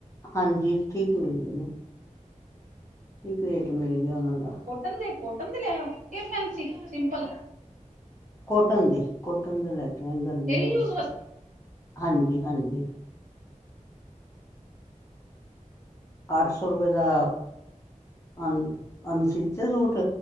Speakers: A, on the left; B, on the right.
A: ਹਾਂਜੀ, ਠੀਕ ਮਿਲਦੇ ਨੇ ਠੀਕ ਰੇਟ ਮਿਲ ਗਿਆ ਉਹਨਾ ਦਾ
B: ਕੇਂਦੇ ਕੋਟਨ ਦੇ ਲੇਆਓ, ਕੇ ਫੇਂਸੀ ਸਿੰਪਲ
A: ਕੋਟਨ ਦੇ ਕੋਟਨ ਦੇ ਲੈ ਕੇ ਆਏ ਗਰਮੀਆਂ
B: ਡੇਲੀ
A: ਵਾਸਤੇ।
B: ਯੂਜ
A: ਹਾਂਜੀ- ਹਾਂਜੀ ਅੱਠ ਸੌ ਰੁਪਏ ਦਾ, ਅਨ-ਅਨਸੀਤੇ ਸੂਟ